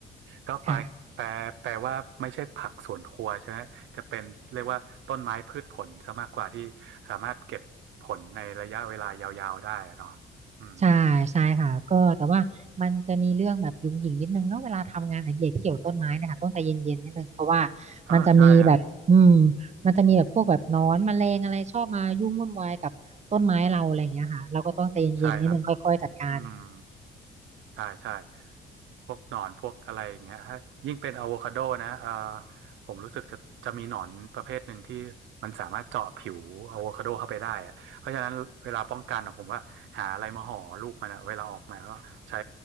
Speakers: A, on the right; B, on the right.
A: ก็แปลแปลแปลว่าไม่ใช่ผักสวนครัวใช่ไหมจะเป็นเรียกว่าต้นไม้พืชผลซะมากกว่าที่สามารถเก็บผลในระยะเวลายาวๆได้อะเนาะอืม
B: ค่ะ ใช่ใช่ค่ะก็แต่ว่ามันจะมีเรื่องแบบหยุ่งหยิ่งนิดนึงเนาะเวลาทำงานอดิเรกที่เกี่ยวกับต้นไม้เนะคะต้องใจเย็นๆนิดนึงเพราะว่า
A: เออใช่ฮะ
B: มันจะมีแบบอืมมันจะมีแบบพวกแบบหนอนแมลงอะไรชอบมายุ่งวุ่นวายกับต้นไม้เราอะไรอย่างเงี้ยค่ะเราก็ต้องใจเย็นๆนิดนึงค่อยๆจัดการ
A: ใช่ครับอืม ใช่ใช่พวกหนอนพวกอะไรอย่างเงี้ยถ้ายิ่งเป็นอะโวคาโดนะเอ่อผมรู้สึกจะจะมีหนอนประเภทหนึ่งที่มันสามารถเจาะผิวอะโวคาโดเข้าไปได้อะเพราะฉะนั้นเวลาป้องกันอะผมว่าหาอะไรมาห่อลูกมันอะเวลาออกมาก็ใช้